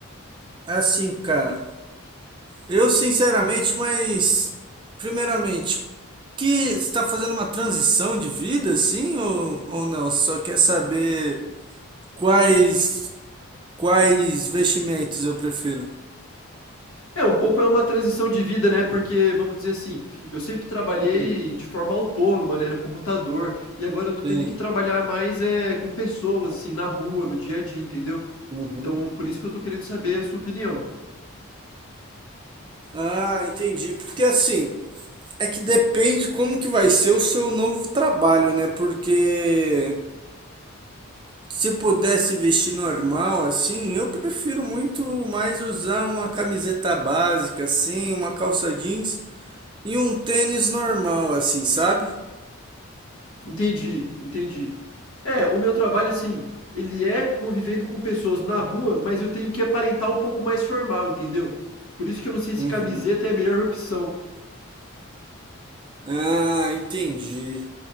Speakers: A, on the right; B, on the left.
A: Assim, cara, eu sinceramente, mas primeiramente, que está fazendo uma transição de vida, assim, ou, ou não? Só quer saber quais quais vestimentos eu prefiro.
B: É, um pouco é uma transição de vida, né, porque, vamos dizer assim, eu sempre trabalhei
A: Hum,
B: de forma autônoma, né, no computador, e agora eu tô tendo
A: Sim.
B: que trabalhar mais é, com pessoas, assim, na rua, no dia a dia, entendeu?
A: Uhum.
B: Então, por isso que eu tô querendo saber a sua opinião.
A: Ah, entendi. Porque assim, é que depende como que vai ser o seu novo trabalho, né? Porque Se pudesse vestir normal, assim, eu prefiro muito mais usar uma camiseta básica, assim, uma calça jeans e um tênis normal, assim, sabe?
B: Entendi, entendi. É, o meu trabalho, assim, ele é convivendo com pessoas na rua, mas eu tenho que aparentar um pouco mais formal, entendeu? Por isso que eu não sei se
A: Uhum.
B: camiseta é a melhor opção.
A: Ah, entendi.